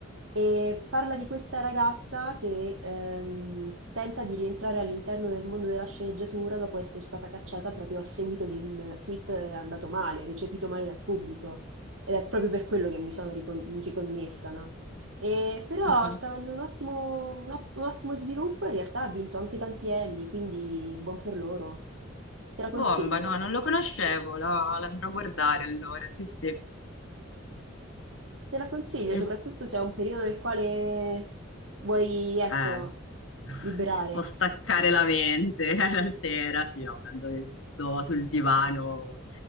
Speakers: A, on the right (about 75°); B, on the left (about 70°).
A: E parla di questa ragazza che ehm, tenta di rientrare all'interno del mondo della sceneggiatura dopo essere stata cacciata proprio a seguito di un tweet andato male, recepito male dal pubblico. Ed è proprio per quello che mi sono ricon- riconnessa, no? E però
B: Mhm.
A: sta avendo un ottimo, un ot- un ottimo sviluppo e in realtà ha vinto anche tanti Emmy, quindi buon per loro. Te la
B: bomba,
A: consiglio.
B: no, non lo conoscevo, la, l'andrò a guardare allora, sì, sì.
A: Te la consiglio,
B: E,
A: soprattutto se è un periodo nel quale vuoi, ecco,
B: eh, sì. <laughs>
A: liberare.
B: può staccare la mente <laughs> la sera, sì, no, quando mi butto sul divano,